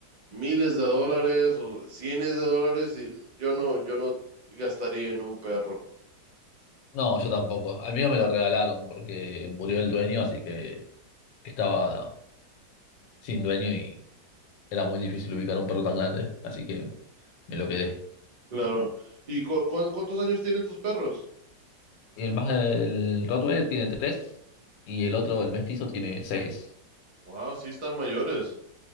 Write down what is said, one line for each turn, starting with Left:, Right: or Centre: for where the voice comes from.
Right: miles de dólares o cienes de dólares y yo no, yo no gastaría en un perro,
Left: No, yo tampoco. Al mío me lo regalaron porque murió el dueño, así que estaba sin dueño y era muy difícil ubicar un perro tan grande, así que me lo quedé.
Right: claro. ¿Y cu- cu- cuántos años tienen tus perros?
Left: Y el más, el Rottweiler tiene tres y el otro, el mestizo, tiene seis.
Right: Wow, sí están mayores,